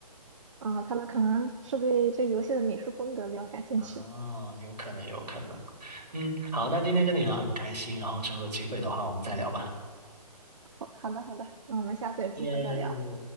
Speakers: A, on the right; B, on the right.
A: 嗯，他们可能是对这游戏的美术风格比较感兴趣吧。
B: 啊，有可能，有可能。嗯，好，那今天跟你聊很开心，然后之后有机会的话，我们再聊吧。
A: 好，好的，好的，那我们下次有机会再聊。
B: 耶